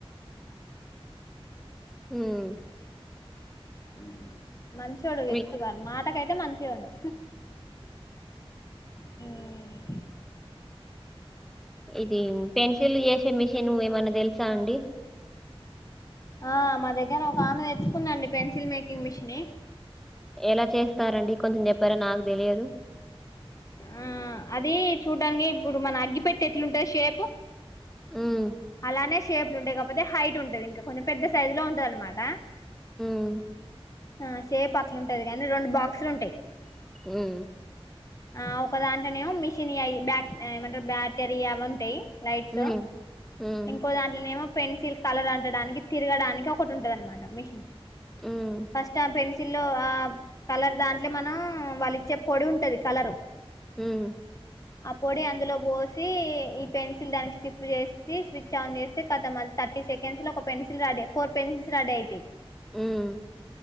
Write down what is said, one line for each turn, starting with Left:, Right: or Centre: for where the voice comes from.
Centre: హ్మ్
Left: హ్మ్ మంచోడు వ్యక్తి
Centre: మీకు
Left: వాడు మాటకైతే మంచిగుండె హ్మ్
Centre: ఇది పెన్సిల్లు చేసే మిషన్ ఏమన్నా తెలుసా అండి
Left: ఆ మా దగ్గర ఒక ఆమె తెచ్చుకుందండి పెన్సిల్ మేకింగ్ మిషిన్
Centre: ఎలా చేస్తారండి కొంచెం చెప్పారా నాకు తెలియదు
Left: ఆ అది చూడ్డానికి ఇప్పుడు మన అగ్గి పెట్టి ఎట్లుంటది షేపు
Centre: ఉమ్
Left: అలానే షేప్లు ఉంటాయి కాకపోతే హైట్ ఉంటది ఇంకా కొంచెం పెద్ద సైజ్ లో ఉంటది అనమాట
Centre: హ్మ్
Left: ఆ సేపు అట్లు ఉంటాది కాని రెండు బాక్సులు ఉంటాయి
Centre: ఉమ్
Left: ఆ ఒక దాంట్లానేమో మిషన్ యి అవి బ్యా ఏమంటరు బ్యాటరీ అవి ఉంటాయి లైట్స్
Centre: ఉమ్ ఉమ్
Left: ఇంకో దాంట్లోనేమో పెన్సిల్ కలర్ అంటడానికి తిరగడానికి ఒకటి ఉంటది అనమాట మిషన్
Centre: ఉమ్
Left: ఫస్ట్ ఆ పెన్సీ ల్లో ఆ కలర్ దాంట్లో మనం వాళ్ళిచ్చే పొడి ఉంటంది కలర్
Centre: ఉమ్
Left: అ పొడి అందులో పోసి ఈ పెన్సిల్ దానికి స్టిఫ్ చేస్త స్విచ్ ఆన్ చేస్తే కథం థర్టీ సెకండ్స్ లో ఒక pencil ready four pencils ready అయిథాయి
Centre: హ్మ్